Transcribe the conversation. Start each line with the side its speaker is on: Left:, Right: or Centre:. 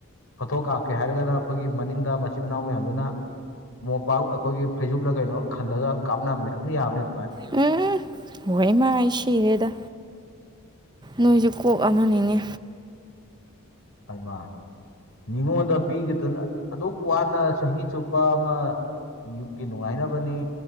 Left: ꯐꯣꯇꯣ ꯀꯥꯞꯀꯦ ꯍꯥꯏꯔꯒꯅ ꯑꯈꯣꯏꯒꯤ ꯃꯅꯤꯡꯗ ꯃꯆꯤꯟ ꯃꯅꯥꯎ ꯃꯌꯥꯝꯗꯨꯅ ꯃꯣꯝꯄꯥꯛ ꯑꯈꯣꯏꯒꯤ ꯐꯩꯖꯨꯞꯂ ꯀꯩꯅꯣ ꯈꯜꯂꯒ ꯀꯥꯞꯅꯕꯅꯦ ꯑꯗꯨꯝ ꯌꯥꯕꯅꯦ ꯑꯗꯨꯃꯥꯏꯅ
Right: ꯎꯝ ꯍꯣꯏ ꯃꯥ ꯑꯩ ꯁꯤꯔꯦꯗ ꯅꯣꯏꯁꯨ ꯀꯣꯛ ꯑꯃꯅꯤꯅꯦ
Left: ꯍꯩꯃꯥ ꯃꯤꯉꯣꯟꯗ ꯄꯤꯈꯤꯗꯨꯅ ꯑꯗꯨꯛ ꯋꯥꯅ ꯆꯍꯤ ꯆꯨꯞꯄ ꯑꯃ ꯌꯨꯝꯒꯤ ꯅꯨꯡꯉꯥꯏꯅꯕꯅꯤ